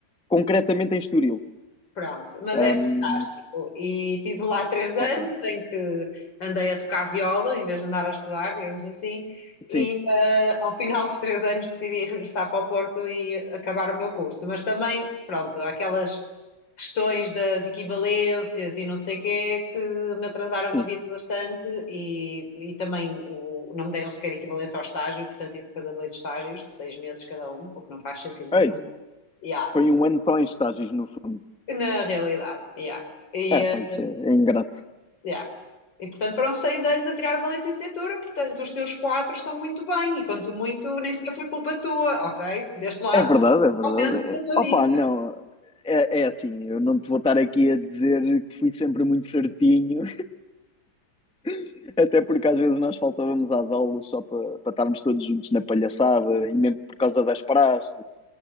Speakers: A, in the centre; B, on the left (about 65°).
A: concretamente em Estoril.
B: Pronto, mas é
A: Ahm,
B: fantástico. E tive lá três anos
A: ok,
B: em que andei a tocar viola em vez de andar a estudar, digamos assim. E
A: sim,
B: eh, ao final dos três anos decidi regressar para o Porto e acabar o meu curso. Mas também, pronto, aquelas questões das equivalências e não sei o quê que me atrasaram
A: sim.
B: a vida bastante e, e também o, não me deram sequer equivalência ao estágio, portanto tive que fazer dois estágios de seis meses cada um, o que não faz sentido nenhum.
A: É isso.
B: Yeah.
A: Foi um ano só em estágios, no fundo.
B: Na realidade, yeah. E,
A: É,
B: eh,
A: pá, isso é, é ingrato.
B: Yeah. E, portanto, foram seis anos a tirar uma licenciatura, portanto, os teus quatro estão muito bem, e quanto muito, nem sequer foi culpa tua, ok? Deste lado,
A: É verdade,
B: foi
A: é
B: totalmente
A: verdade. É...
B: culpa minha.
A: Opa, não, é, é assim, eu não te vou estar aqui a dizer que fui sempre muito certinho, <laughs> até porque às vezes nós faltávamos às aulas só para para estarmos todos juntos na palhaçada e mesmo por causa das praxes